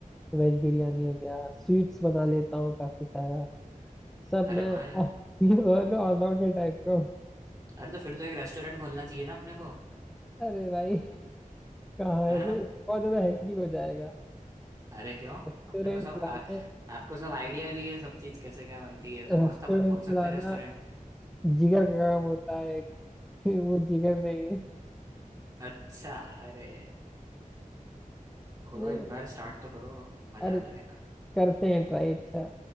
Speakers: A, in the centre; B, on the right.
A: वेज बिरयानी हो गया स्वीट्स बना लेता हूँ काफी सारा सब
B: अरे
A: मैं
B: वाह यार
A: आह, ये समझ लो ऑलराउंडर टाइप का हूँ।
B: अरे तो फिर तो एक रेस्टोरेंट खोलना चाहिए ना अपने को
A: अरे भाई कहाँ है
B: हैं
A: सो बहुत ज्यादा हेक्टिक हो जाएगा
B: अरे क्यों
A: रेस्टोरेंट
B: अपने को सब
A: चलाना
B: आ, आपको सब आइडिया भी है सब चीज कैसे क्या बनती है तो मस्त
A: रेस्टोरेंट
B: अपन खोल सकते
A: चलाना
B: हैं रेस्टोरेंट
A: जिगर का काम होता है एक <laughs> वो जिगर नहीं है
B: अच्छा अरे खोलो
A: नहीं
B: एक बार स्टार्ट तो करो मजा
A: अरे
B: आ जाएगा
A: करते हैं ट्राई अच्छा